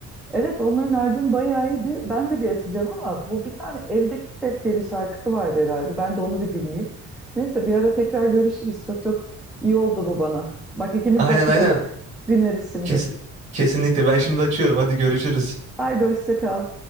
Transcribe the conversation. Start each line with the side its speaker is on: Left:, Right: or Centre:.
Centre: evet onların albüm bayağı iyiydi. Ben de bir açacağım ama bu bir tane Evdeki Ses diye bir şarkısı vardı herhalde. Ben de onu bir dinleyeyim. Neyse bir ara tekrar görüşürüz. Çok çok iyi oldu bu bana. Bak ikimiz
Right: Aynen
Centre: de hatırladık.
Right: aynen.
Centre: Dinleriz şimdi.
Right: Kes- kesinlikle ben şimdi açıyorum. Hadi görüşürüz.
Centre: Haydi hoşça kal.